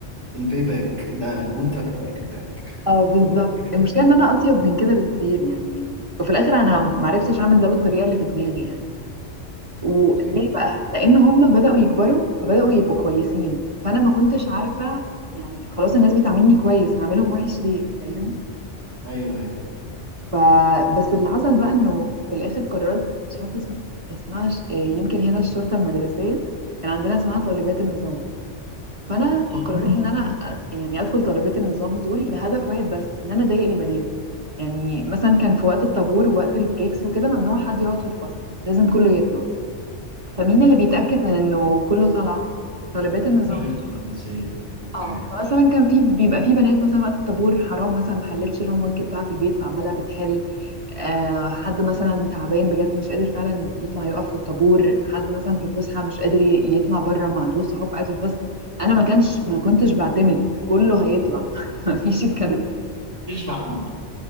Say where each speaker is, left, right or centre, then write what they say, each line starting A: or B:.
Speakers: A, on the right (about 70°); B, on the right (about 30°).
A: الباي باك ده الوينتر ارك بتاعك
B: اه بالظبط
A: <laughs>
B: المشكلة ان انا اطيب من كده بكتير يعني وفي الاخر انا معرفتش اعمل ده بالطريقة اللي في دماغي يعني وليه
A: اوكي
B: بقى لان هم بداوا يكبروا فبداوا يبقوا كويسين فانا ما كنتش عارفه يعني خلاص الناس بتعاملني كويس هعملهم وحش ليه فاهم
A: ايوه ايوه
B: فبس اللي حصل بقى انه في الاخر قررت مش عارفه اسم... اسمها ش... يمكن هنا الشرطه المدرسيه كان عندنا اسمها طالبات النظام فانا
A: طب
B: قررت ان انا أت... يعني ادخل طالبات النظام دول لهدف واحد بس ان انا اضايق البنات يعني مثلا كان في وقت الطابور ووقت البريكس وكده ممنوع حد يقعد في الفصل لازم كله يطلع فمين اللي بيتأكد من انه كله طالع طالبات النظام
A: الشرطه المدرسيه دي اوكي
B: اه فمثلا كان في بيبقى في بنات مثلا وقت الطابور حرام مثلا ما حلتش الهوم ورك بتاعها في البيت فعماله بتحل آه حد مثلا تعبان بجد مش قادر فعلا يطلع يقف في الطابور حد مثلا في الفسحه مش قادر ي- يطلع بره ما عندوش صحاب قاعد في الفصل انا ما كانش ما كنتش بعتمد كله هيطلع <laughs> مفيش الكلام
A: اشرح لي